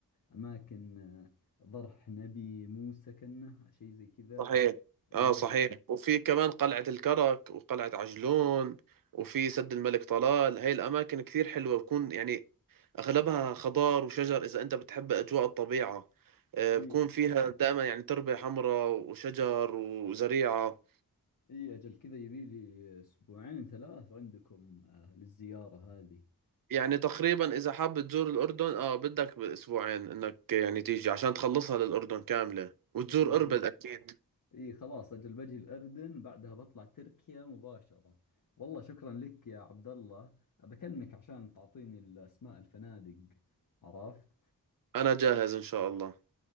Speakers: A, on the left (about 65°); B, on the right (about 70°).
A: اماكن آه، ضرح نبي موسى كنه شيء زي كذا
B: صحيح
A: اي
B: اه صحيح وفي كمان قلعة الكرك وقلعة عجلون وفي سد الملك طلال هاي الأماكن كثير حلوة بكون يعني أغلبها خضار وشجر إذا أنت بتحب أجواء الطبيعة آه،
A: اي
B: بكون فيها دائما يعني تربة حمراء وشجر وزريعة
A: اي اجل كذا يبي لي اسبوعين ثلاث عندكم آه، للزيارة هذه
B: يعني تقريبا إذا حاب تزور الأردن آه بدك بأسبوعين إنك يعني تيجي عشان تخلصها للأردن كاملة وتزور
A: اي اي
B: أربد أكيد
A: إي خلاص اجل بجي الاردن بعدها بطلع تركيا مباشرة والله شكرا لك يا عبد الله بكلمك عشان تعطيني الاسماء الفنادق عرفت
B: أنا جاهز إن شاء الله